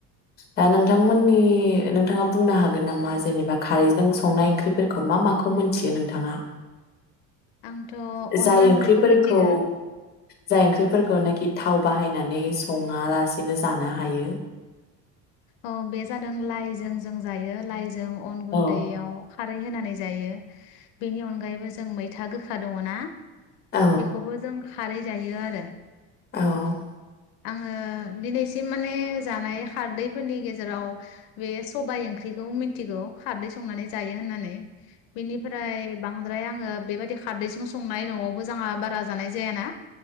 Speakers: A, on the left; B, on the left.
A: दा नोंथांमोननि नोंथाङा बुंनो हागोन नामा? जेनेबा खारै जों संनाय ओंख्रिफोरखौ मा माखौ मोन्थियो नोंथाङा?
B: आंथ अनला
A: जाय
B: ओंख्रिखौ
A: ओंख्रिफोरखौ
B: मिथिगो
A: जाय ओंख्रिफोरखौ नाखि थाव बाहायनानै सङालासिनो जानो हायो
B: औ बे जादों लाइजों जों जायो लाइ जों अन गुन्दैयाव
A: औ
B: खारै होनानै जायो बेनि अनगायैबो जों मैथा गोखा दङ ना?
A: औ
B: बेखौबो जों खारै जायो आरो
A: औ
B: आङो दिनैसिम माने जानाय खारदैफोरनि गेजेराव बे सबाय ओंख्रिखौ मिन्थिगौ खारदै संनानै जायो होननानै बिनिफ्राय बांद्राय आङो बेबायदि खारदैजों संनाय नआवबो जोंहा बारा जानाय जायाना